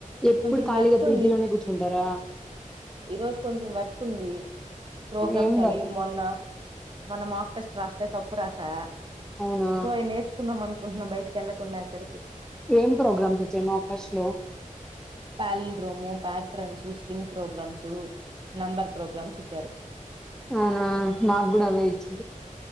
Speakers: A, in the centre; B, on the right.
A: ఎప్పుడు
B: కొంచెం
A: ఖాళీగా
B: వర్క్
A: పిజీలోనే
B: ఉంది
A: కూర్చ ఉంటార
B: ఈ రోజు కొంచెం వర్క్ ఉంది ప్రోగ్రామ్స్
A: ఏం
B: అవి
A: వర్క్
B: మొన్న మొన్న మాక్టెస్ట్ రాస్తే తప్పు రాసా
A: అవునా
B: సో అవి నేర్చుకున్నాం అనుకుంటున్నాం బయటకి వెళ్లకుండా ఎక్కడికి
A: ఏం ప్రోగ్రామ్స్ వచ్చాయి మా ఫెస్ట్ లో
B: ప్యాండ్రోమ్ ము, patterns string programs, number programs ఇచ్చారు.
A: ఆవున నాకు కూడా అవె ఇచ్చరు